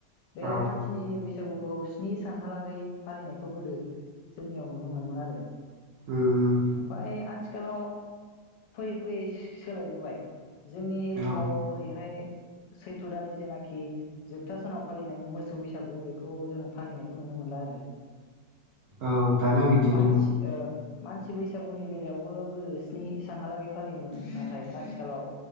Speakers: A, on the left (about 75°); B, on the right (about 60°).
A: बे
B: औ
A: मानसिनि बैसागु खौ स्नि सानहालागै फालिनायखौ गोदो जोंनियाव नुनो मोनोमोन आरो।
B: ओम
A: ओमफाय आथिखालाव फै फैयै सोलायबोबाय। जोंनि एरियायाव
B: औ
A: ओरैहाय सैथ्र दाननि जेनाखि जोबथा सानाव फालिनाय मोसौ बैसागु बेखौ जों फालिनायखौ नुनो मोनला आरो।
B: औ दाना बिदिनो
A: मानसि ओ मानसि बैसागुनि बेलायावबो गोदो स्नि सानहालागै फालियोमोन नाथाय आथिखालाव